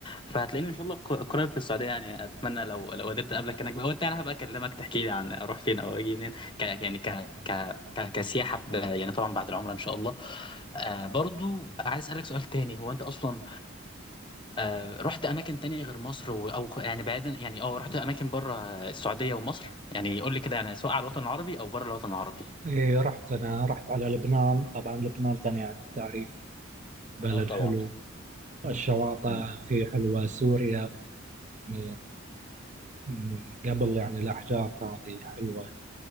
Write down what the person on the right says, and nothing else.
إيه رحت أنا رحت على لبنان طبعا لبنان غني عن التعريف بلد
حلو الشواطئ
فيه حلوة سوريا م- م- قبل يعني الأحداث هذه حلوة